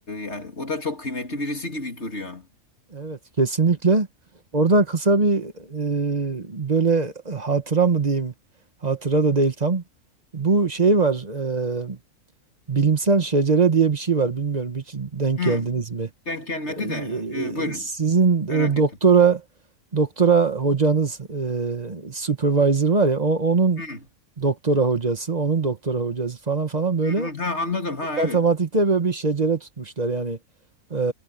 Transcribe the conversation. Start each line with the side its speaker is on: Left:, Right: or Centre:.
Left: yani o da çok kıymetli birisi gibi duruyor.
Right: Evet kesinlikle. Orada kısa bir e, böyle hatıra mı diyeyim? Hatıra da değil tam. Bu şey var. e, Bilimsel şecere diye bir şey var. Bilmiyorum hiç denk
Left: Hmm.
Right: geldiniz mi?
Left: Denk gelmedi
Right: Ee,
Left: de e, buyurun.
Right: Sizin
Left: Merak
Right: e,
Left: ettim.
Right: doktora doktora hocanız e, supervisor var ya o- onun
Left: Hmm.
Right: doktora hocası, onun doktora hocası falan falan böyle
Left: Hı hı. Ha anladım. Ha
Right: matematikte
Left: evet.
Right: böyle bir şecere tutmuşlar yani e,